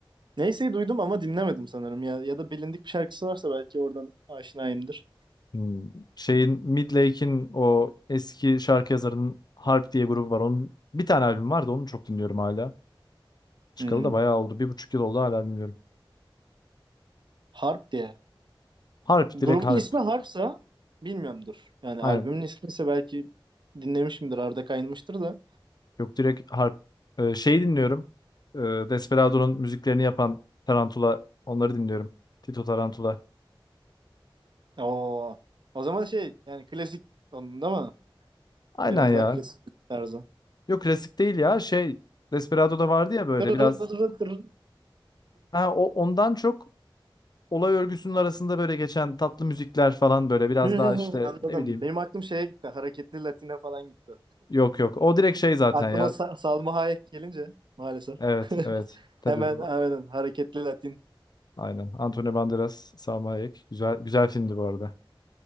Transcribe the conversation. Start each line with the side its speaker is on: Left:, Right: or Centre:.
Right: Neyse duydum ama dinlemedim sanırım ya. Ya da bilindik bir şarkısı varsa belki oradan aşinayımdır.
Left: Hmm. Şeyin Midlake'in o eski şarkı yazarının Harp diye grubu var. Onun bir tane albüm vardı. Onu çok dinliyorum hala. Çıkalı
Right: Hmm.
Left: da bayağı oldu. Bir buçuk yıl oldu hala bilmiyorum.
Right: Harp diye.
Left: Harp,
Right: Grubun
Left: direkt harp.
Right: ismi Harpsa bilmiyorumdur. Yani
Left: Hani
Right: albümün ismi ise belki dinlemişimdir. Arda kaynamıştır da.
Left: yok direkt harp. Ee, şeyi dinliyorum. Ee, Desperado'nun müziklerini yapan Tarantula. Onları dinliyorum. Tito Tarantula.
Right: Oo. O zaman şey yani klasik onun değil mi?
Left: Aynen
Right: Biraz
Left: ya.
Right: daha klasik tarzı.
Left: Yok klasik değil ya. Şey Desperado'da vardı ya böyle
Right: Dırırır
Left: biraz.
Right: dırırır dırırır.
Left: Ha, o ondan çok olay örgüsünün arasında böyle geçen tatlı müzikler falan böyle biraz
Right: <laughs>
Left: daha işte
Right: Anladım.
Left: ne bileyim.
Right: Benim aklım şeye gitti. Hareketli Latine falan gitti.
Left: Yok yok. O direkt
Right: <laughs>
Left: şey zaten
Right: Aklıma
Left: ya.
Right: Sa- Salma Hayek gelince maalesef.
Left: Evet
Right: <laughs>
Left: evet. Tabii
Right: Hemen hemen hareketli Latin.
Left: aynen. Antonio Banderas, Salma Hayek. Güzel güzel filmdi bu arada.